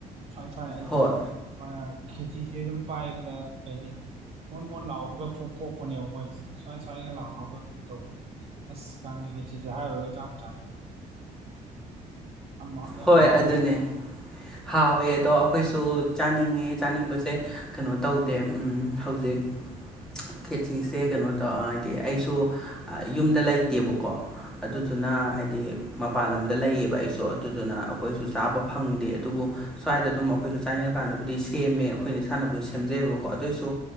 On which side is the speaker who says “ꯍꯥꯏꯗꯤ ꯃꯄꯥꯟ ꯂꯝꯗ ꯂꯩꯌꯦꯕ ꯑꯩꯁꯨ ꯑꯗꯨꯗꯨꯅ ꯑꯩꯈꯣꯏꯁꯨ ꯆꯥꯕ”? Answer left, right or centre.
Centre